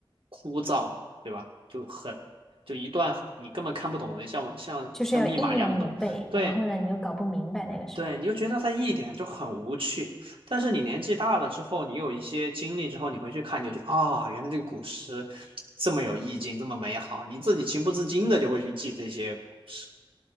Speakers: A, on the right; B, in the centre.
A: 枯燥，对吧？就很就一段你根本看不懂的，像像像密码一样的东西，
B: 就是要硬要你背，
A: 对。
B: 然后呢，你又搞不明白那个时候。
A: 对，你就觉得它一点就很无趣。但是你年纪大了之后，你有一些经历之后，你回去看，你就觉得啊、原来这个古诗这么有意境，这么美好，你自己情不自禁的就会去记这些古诗。